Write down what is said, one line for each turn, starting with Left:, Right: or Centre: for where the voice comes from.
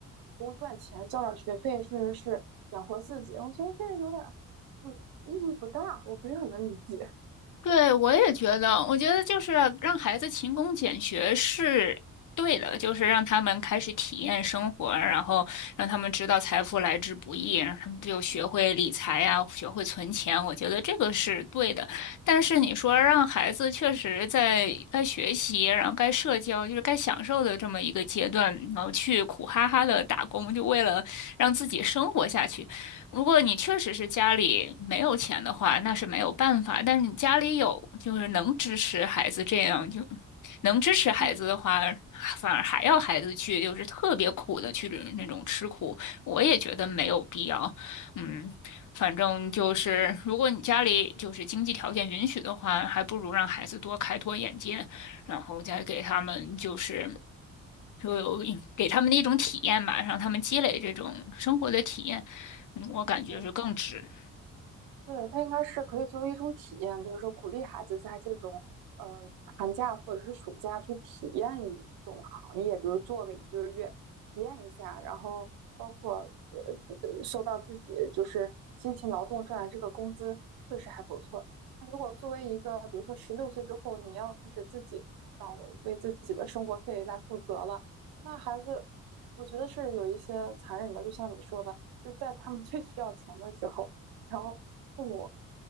Right: 工赚钱，交点学费，甚至是养活自己。我觉得这有点儿，嗯，意义不大，我不是很能理解。
Left: 对，我也觉得，我觉得就是让孩子勤工俭学是对的，就是让他们开始体验生活，然后让他们知道财富来之不易，让他们就学会理财呀，
Right: 嗯
Left: 学会存钱。我觉得这个是对的。但是你说让孩子确实在该学习，然后该社交，就是该享受的这么一个阶段，然后去苦哈哈的打工，就为了让自己生活下去。如果你确实是家里没有钱的话，那是没有办法。但是你家里有，就是能支持孩子这样，就能支持孩子的话，
Right: 嗯，
Left: 反而还要孩子去，就是特别苦的去那种吃苦，我也觉得没有必要。嗯，反正就是，如果你家里就是经济条件允许的话，还不如让孩子多开拓眼界，然后再给他们就是。就有一给他们的一种体验吧，让他们积累这种生活的体验，嗯我感觉是更值。
Right: 对。对，它应该是可以作为一种体验，比如说鼓励孩子在这种呃寒假或者是暑假去体验一种行业，比如做个一个月，体验一下，然后包括呃受到自己就是辛勤劳动赚来这个工资确实还不错。那如果作为一个比如说十六岁之后你要开始自己掌为自己的生活费来负责了，那孩子我觉得是有一些残忍的，就像你说的，就在他们最需要钱的时候。然后父母